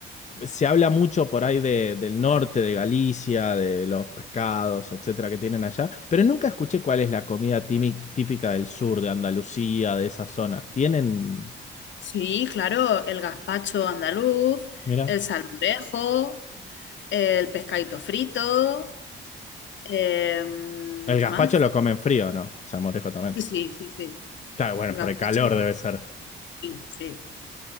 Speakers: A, on the left; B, on the left.
A: Se habla mucho por ahí de- del norte, de Galicia, de los pescados, etcétera, que tienen allá, pero nunca escuché cuál es la comida timi- típica del sur, de Andalucía, de esas zonas. Tienen,
B: Sí, claro, el gazpacho andaluz,
A: mira,
B: el salmorejo, el pescadito frito, em,
A: el
B: ¿qué
A: gazpacho
B: más?
A: lo comen frío, ¿no? Salmorejo también.
B: Sí, sí, sí, sí.
A: Claro, bueno,
B: Gazpacho
A: por el calor
B: y- sal-
A: debe ser.
B: sí, sí.